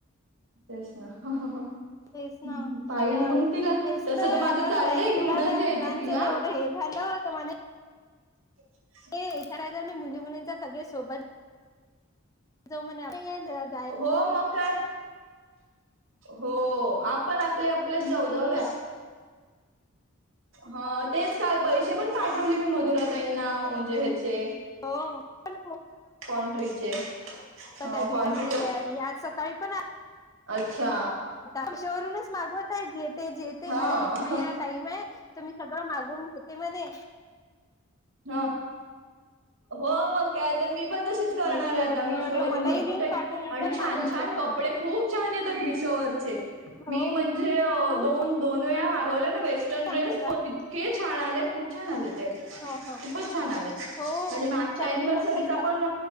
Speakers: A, on the right; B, on the left.
A: तेच ना. ह. ह. ह.
B: तेच ना
A: पाईल
B: अ
A: मंग तिला.
B: हेच
A: तसं
B: तर
A: त माझं
B: आपण
A: चाललंय,
B: प्लॅन
A: घेऊनच
B: केला त्या मुलांचं
A: यायचं तिला.
B: तेवढं हे झालं होत म्हणे
A: <inaudible>
B: ते इथे राहायचं आणि मुली मुलींच सगळे सोबत जाऊ म्हणे <unintelligible>
A: हो मग काय हो आप पण आपले आपले जाऊ
B: हम्म
A: जाऊद्या ह तेच काल पैसे पण पाठवले मी मधुराताईंना म्हणजे हे चे
B: हो पण
A: कॉन्ट्रीचे
B: तर
A: अ
B: त्या दिवसा
A: कॉन्ट्रीचे
B: म्हणे तयारी आज सकाळी पण
A: अच्छा
B: मीशोवरूनच मागवत आहे घेते जेते
A: हा
B: म्हणे एक महिना टाईम आहे तुम्ही सगळं मागवून घेते म्हणे
A: हा हो मग काय तर मी पण तशीच करणार
B: मेशो
A: आहे आता
B: वरून
A: मीशोवरून
B: मी म्हटलं मलाही
A: भरपूर
B: लिंक
A: काही
B: पाठव मी
A: आणि
B: पण
A: छान
B: मागवते
A: छान कप कपडे खूप छान येतात मिशोवरचे मी
B: हो
A: म्हणजे
B: खूप
A: दोन दोन वेळा मागवले ना बेस्ट
B: छान
A: ड्रेस
B: येतात
A: पण इतके छान आले खूप छान आले ते खूपच
B: हो हो
A: छान आले.
B: हो
A: म्हणजे मागच्या
B: चांगले
A: एनिवर्सरीचा
B: चांगले
A: पण